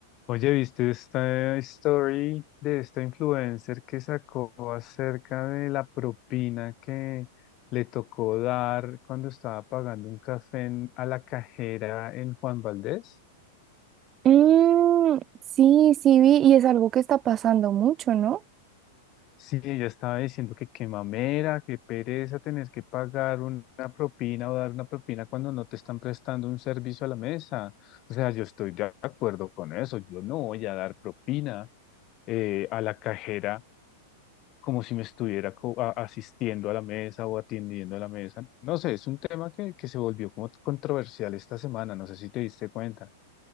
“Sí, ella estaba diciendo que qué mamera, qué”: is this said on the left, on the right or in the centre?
Left